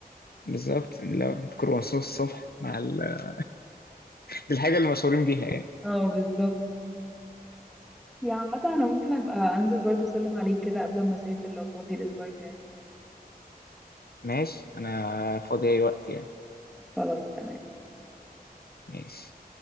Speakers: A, on the left (about 75°); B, in the centre.
A: بالظبط لو كرواسون الصبح مع ال... <laughs> دي الحاجة اللي مشهورين بيها يعني
B: اه بالظبط يا عامة أنا ممكن أبقى أنزل برضو أسلم عليك كده قبل ما أسافر لو فاضي الأسبوع الجاي
A: ماشي أنا فاضي أي وقت يعني
B: خلاص تمام
A: ماشي